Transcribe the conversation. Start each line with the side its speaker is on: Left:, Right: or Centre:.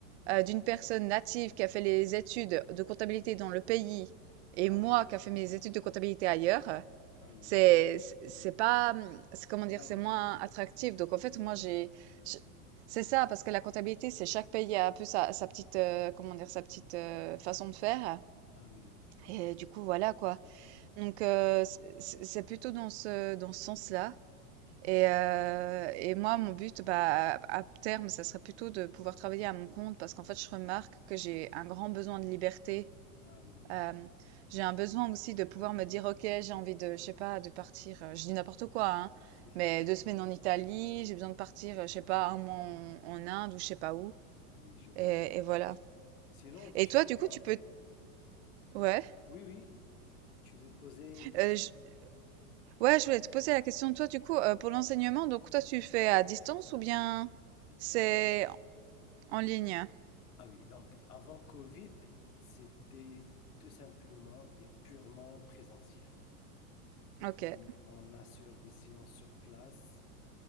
Right: euh, d'une personne native qui a fait les études de comptabilité dans le pays et
Left: Ah,
Right: moi qui a fait mes études de comptabilité ailleurs, euh,
Left: ah oui,
Right: c'est c'est c'est pas hum, c'est comment
Left: c'est
Right: dire,
Left: pas la
Right: c'est
Left: même
Right: moins
Left: chose.
Right: attractif. Donc en fait, moi j'ai je- c'est ça parce que la comptabilité, c'est chaque pays a un peu sa, sa petite euh, comment dire sa petite euh, façon de faire
Left: Ah oui, je vois.
Right: et
Left: bien.
Right: du coup voilà quoi. Donc euh, c'est c'est- c'est plutôt dans ce dans ce sens-là. Et, heu et moi, mon but, bah, à à terme, ça serait plutôt de pouvoir travailler à mon compte parce qu'en fait, je remarque que j'ai un grand besoin de liberté.
Left: Ah oui,
Right: Hem, j'ai un besoin aussi de pouvoir me dire: «OK, j'ai envie de, je sais pas, de partir», heu, je dis n'importe quoi, hein,
Left: si, si,
Right: mais
Left: si, si.
Right: 2 semaines en Italie, j'ai besoin
Left: <laughs> Je-
Right: de partir, heu, je sais
Left: je-
Right: pas, un mois en en Inde ou je sais pas où
Left: ah oui, je vois
Right: et
Left: bien.
Right: et voilà.
Left: Sinon, tu
Right: Et toi,
Left: sais
Right: du
Left: quoi?
Right: coup, tu peux ouais,
Left: Oui, oui, tu veux poser une question?
Right: heu, j ouais, je voulais te poser la question, toi, du coup, heu, pour l'enseignement, donc toi, tu fais à distance ou bien c'est en en ligne?
Left: Ah oui, donc avant Covid, c'était tout simplement et purement présentiel.
Right: OK.
Left: On, on assure des séances sur place